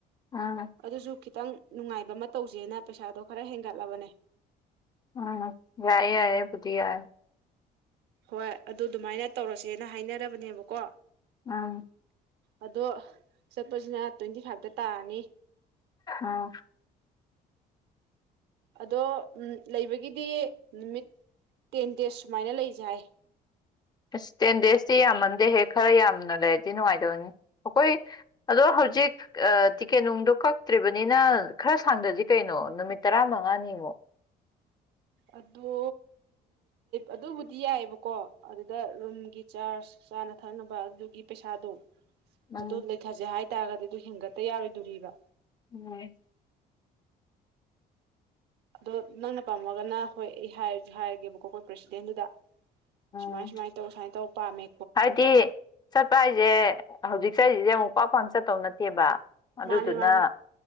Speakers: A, on the left; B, on the right.
A: ꯎꯝ
B: ꯑꯗꯨꯗꯁꯨ ꯈꯤꯇꯪ ꯅꯨꯡꯉꯥꯏꯕ ꯑꯃ ꯇꯧꯁꯦꯅ ꯄꯩꯁꯥꯗꯣ ꯈꯔ ꯍꯦꯟꯒꯠꯂꯕꯅꯦ
A: ꯎꯝ ꯌꯥꯌꯦ ꯌꯥꯏꯕꯨꯗꯤꯌꯥ
B: ꯍꯣꯏ ꯑꯗꯨ ꯑꯗꯨꯃꯥꯏꯅ ꯇꯧꯔꯁꯦꯅ ꯍꯥꯏꯅꯔꯕꯅꯦꯕꯀꯣ
A: ꯑꯥ
B: ꯑꯗꯣ ꯆꯠꯄꯁꯤꯅ ꯇ꯭ꯋꯦꯟꯇꯤ ꯐꯥꯏꯚꯇ ꯇꯥꯔꯅꯤ
A: ꯑꯥ
B: ꯑꯗꯣ ꯂꯩꯕꯒꯤꯗꯤ ꯅꯨꯃꯤꯠ ꯇꯦꯟ ꯗꯦꯖ ꯁꯨꯃꯥꯏꯅ ꯂꯩꯖꯥꯏ
A: ꯑꯁ ꯇꯦꯟ ꯗꯦꯖꯇꯤ ꯌꯥꯝꯃꯟꯗꯦꯍꯦꯛ ꯈꯔ ꯌꯥꯝꯅ ꯂꯩꯔꯗꯤ ꯅꯨꯡꯉꯥꯏꯗꯕꯅꯤ ꯑꯩꯈꯣꯏ ꯑꯗꯣ ꯍꯧꯖꯤꯛ ꯇꯤꯀꯦꯠ ꯅꯨꯡꯗꯣ ꯀꯛꯇ꯭ꯔꯤꯕꯅꯤꯅ ꯈꯔ ꯁꯥꯡꯗꯗꯤ ꯀꯩꯅꯣ ꯅꯨꯃꯤꯠ ꯇꯔꯥ ꯃꯉꯥꯅꯤ ꯑꯃꯨꯛ
B: ꯑꯗꯨ ꯑꯗꯨꯕꯨꯗꯤ ꯌꯥꯏꯑꯕꯀꯣ ꯑꯗꯨꯗ ꯔꯨꯝꯒꯤ ꯆꯥꯔꯖ ꯆꯥꯅ ꯊꯛꯅꯕ ꯑꯗꯨꯒꯤ ꯄꯩꯁꯥꯗꯣ
A: ꯎꯝ
B: ꯑꯗꯨ ꯂꯩꯊꯁꯦ ꯍꯥꯏꯦ ꯍꯥꯏꯇꯥꯔꯒꯗꯤ ꯑꯗꯨ ꯍꯤꯡꯒꯠꯇ ꯌꯥꯔꯣꯏꯗꯣꯔꯤꯕ
A: ꯎꯝ
B: ꯑꯗꯣ ꯅꯪꯅ ꯄꯥꯝꯃꯒꯅ ꯍꯣꯏ ꯑꯩ ꯍꯥꯏꯔꯒꯦꯕꯀꯣ ꯑꯩꯈꯣꯏ ꯄ꯭ꯔꯦꯁꯤꯗꯦꯟꯗꯨꯗ
A: ꯎꯝ
B: ꯃꯃꯥꯏ ꯁꯃꯥꯏ ꯇ ꯁꯥꯏ ꯇ ꯄꯝꯃꯦ
A: ꯍꯥꯏꯗꯤ ꯆꯠꯄ ꯍꯥꯏꯁꯦ ꯍꯧꯖꯤꯛ ꯆꯠꯂꯤ ꯁꯦ ꯑꯃꯨꯛ ꯄꯥꯛ ꯄꯥꯛꯅ ꯆꯠꯇꯧ ꯅꯠꯇꯦꯕ꯫ ꯑꯗꯨꯗꯨꯅ
B: ꯃꯥꯅꯦ ꯃꯥꯅꯦ